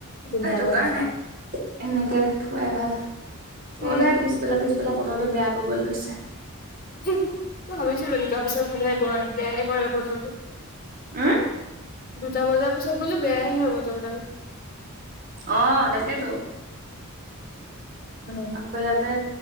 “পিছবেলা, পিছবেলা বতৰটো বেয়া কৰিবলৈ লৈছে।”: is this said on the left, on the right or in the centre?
Right